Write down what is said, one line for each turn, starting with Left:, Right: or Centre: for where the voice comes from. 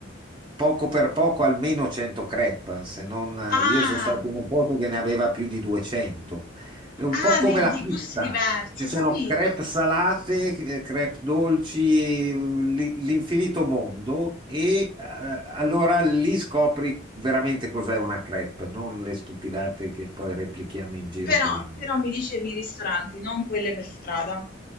Right: poco per poco almeno 100 crepe, se non
Left: Ah,
Right: io sono stato in un posto che ne aveva più di 200. È un
Left: ah
Right: po' come
Left: di
Right: la
Left: di
Right: pizza.
Left: gusti diversi,
Right: Ci
Left: ho
Right: sono
Left: capito.
Right: crepe salate, eh, crepe dolci, mm, li- l'infinito mondo e eh, allora lì scopri veramente cos'è una crepe, non le stupidate che poi replichiamo in giro
Left: Però
Right: per il...
Left: però mi dicevi i ristoranti, non quelle per strada.